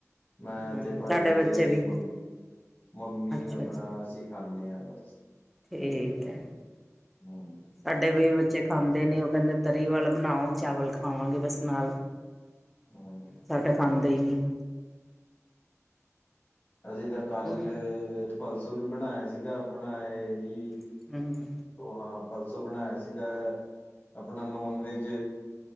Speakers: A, in the centre; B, on the left.
A: ਹਮ
B: ਮੈਂ ਤੇ ਭਾਈ
A: ਸਾਡੇ
B: ਤੇ
A: ਬੱਚੇ ਵੀ
B: ਮੰਮੀ ਮੰਮੀ
A: ਅੱਛਾ-ਅੱਛਾ
B: ਆਪਣਾ ਅਸੀਂ, ਖਾਣੇ ਆ ਬਸ।
A: ਠੀਕ ਐ।
B: ਹਮ
A: ਸਾਡੇ ਵੀ ਬੱਚੇ ਖਾਂਦੇ ਨੇ ਉਹ ਕਹਿੰਦੇ ਤਰੀ ਵਾਲਾ ਬਣਾਓ ਚਾਵਲ ਖਾਵਾਂਗੇ ਬਸ ਨਾਲ।
B: ਹਮ
A: ਸਾਡਾ ਖਾਂਦਾ ਹੀ ਨੀ।
B: ਅਸੀਂ ਤਾਂ ਕੱਲ
A: ਹੋਰ
B: ਪਲਸੋ ਵੀ ਬਣਾਇਆ ਸੀਗਾ ਆਪਣਾ ਇਹੀ,
A: ਹੂੰ
B: ਹਾਂ ਪਰਸੋਂ ਬਣਾਇਆ ਸੀਗਾ ਆਪਣਾ ਨੋਨ ਵੈਜ,